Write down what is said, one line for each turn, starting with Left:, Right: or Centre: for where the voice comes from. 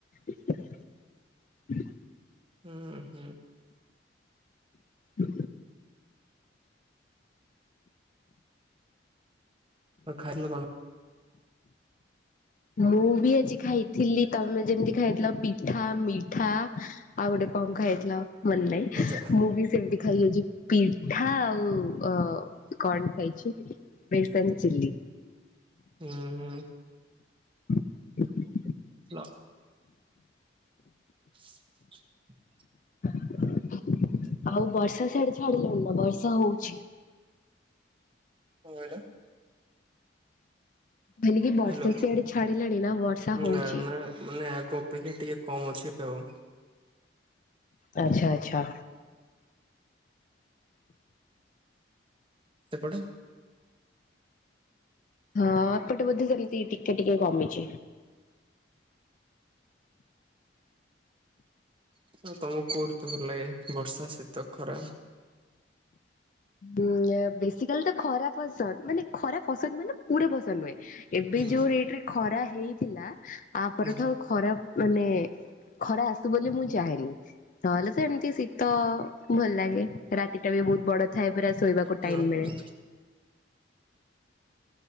Left: ବେସ୍ତ ।
Right: ହୁଁ ହୁଁ।
Left: ହୁ
Right: ଖାଇଲ କଣ?
Left: ମୁଁ ବି ଆଜି ଖାଇଥିଲି ତମେ ଯେମିତି ଖାଇଥିଲ ପିଠା ମିଠା ଆଉ ଗୋଟେ କଣ ଖାଇଥିଲା ମନେ ନାଇଁ
Right: ଭଜା
Left: ମୁଁ ବି ସେମିତି ଖାଇଯାଉଛି ପୀ ପିଠା ଆଉ ଅ କଣ ଖାଇଛିୁ ବେସନ ଚିଲି।
Right: ହୁଁ ହୁଁ।
Left: ହ
Right: ଲ ମ
Left: ଆଉ ବର୍ଷା ସିଆଡେ ଛାଡିଲାଣି ନା ବର୍ଷା ହଉଛି?
Right: କଣ କହିଲ।
Left: କହିଲି କି ବର୍ଷା
Right: ହାଲୋ
Left: ସିଆଡେ ଛାଡିଲାଣି ନା ବର୍ଷା ହଉଛି?
Right: ନା ନା ମାନେ ଆଗ ଅପେକ୍ଷା ଟିକେ କମ୍ ଅଛି ଆଉ। ଯାଉ।
Left: ଆଛା ଆଚ୍ଛା।
Right: ସେପଟେ
Left: ହଁ ଆପଟଜ ବଧେ ସେମିତି ଟିକେ ଟିକେ କମିଚି।
Right: ଆଉ ତମକୁ କୋଉ ଋତୁ ଭଲ ଲାଗେ ବର୍ଷା ଶୀତ ଖରା?
Left: ଉଁ ବେଶିକାଲି ତ ଖରା ପସନ୍ଦ ମାନେ ଖରା ପସନ୍ଦ ମାନେ ପୁର ପସନ୍ଦ ନୁହେଁ । ଏବେ
Right: ହୁଁ
Left: ଯୋଉ ରେଟ ରେ ଖରା ହେଇଥିଲା ତାପଠୁ
Right: ହୁଁ
Left: ଆଉ ଖରା ମାନେ ଖରା ଆସୁ ବୋଲି ମୁଁ ଚାହେଁନି ନହେଲେ ତ ଏମତି ଶୀତ ଭଲ ଲାଗେ ରାତି ଟା ବି ବହୁତ ବଡ ଥାଏ ପୁରା ଶୋଇବାକୁ ଟାଇମ୍
Right: ହୁଁ ହୁଁ
Left: ମିଳେ ।